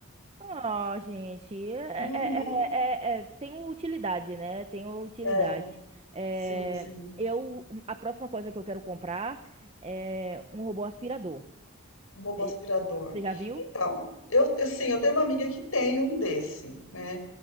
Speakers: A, on the right (about 25°); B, on the left (about 70°).
A: Ah, gente, é,
B: Uhum.
A: é- é- é- é- tem utilidade, né? Tem utilidade.
B: É,
A: É,
B: Sim, sim.
A: eu, a próxima coisa que eu quero comprar é um robô aspirador.
B: Um robô
A: Você
B: aspirador.
A: já viu?
B: Então, eu, eu- sim, eu tenho uma amiga que tem um desse, né?